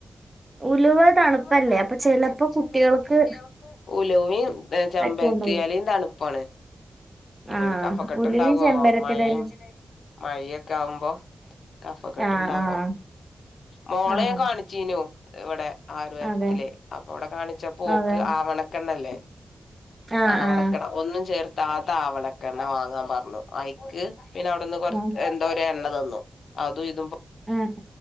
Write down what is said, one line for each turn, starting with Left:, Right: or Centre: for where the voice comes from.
Right: ഉലുവ തണുപ്പല്ലേ
Left: ഉല്വ തണുപ്പല്ലെ
Right: അപ്പൊ ചിലപ്പോ
Left: ചെലപ്പം
Right: കുട്ടികൾക്ക്
Left: കുട്ട്യാൾക്ക് ഉലുവിം ചെമ്പരത്തിയെലിം
Right: പറ്റിയുണ്ടാവില്ല
Left: തണു ഒപ്പാണ് ഇപ്പഞ്ഞി
Right: ആഹ്
Left: കഫക്കെട്ട്
Right: ഉലുവയും
Left: ഇണ്ടാവാവോ
Right: ചെമ്പരത്തിടയിലും
Left: മഴയും മഴയൊക്കെ ആകുമ്പം കഫക്കെട്ട്
Right: ആഹ്
Left: ഇണ്ടാവോ
Right: ആഹ്
Left: മോളെ
Right: ആഹ്
Left: ഞാൻ കാണിച്ചീനു ഇവടെ ആയുർവേദ്ത്തിലെ
Right: അതെ
Left: അപ്പൊ അവിടെ കാണിച്ച പോക്ക്
Right: അതെ
Left: ആവണക്കെണ്ണല്ലേ?
Right: ആഹ്
Left: ആവണക്കട
Right: ആഹ്
Left: ഒന്നും ചേർ താത ആവളക്കെണ്ണ വാങ്ങാൻ പർഞ്ഞു ഐക്ക് പിന്നെ അവിടുന്ന് കൊർ
Right: ആഹ്
Left: എന്തോ രേണ്ണ ത്ത ന്നു. അതും ഇതും
Right: ഉം